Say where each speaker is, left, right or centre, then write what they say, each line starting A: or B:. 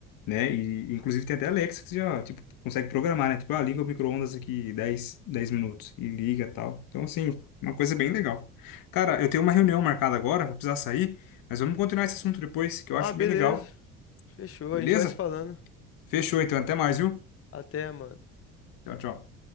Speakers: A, on the left; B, on the left.
A: né? E, inclusive, tem até Alexa que você já, tipo, consegue programar, né? Tipo, ah, liga o micro-ondas aqui dez, dez minutos e liga tal. Então, assim, uma coisa bem legal. Cara, eu tenho uma reunião marcada agora, vou precisar sair, mas vamos continuar esse assunto depois, que eu
B: Ah,
A: acho
B: beleza.
A: bem legal,
B: Fechou.
A: beleza?
B: A gente vai se falando.
A: Fechou, então, até mais, viu?
B: Até, mano.
A: Tchau, tchau.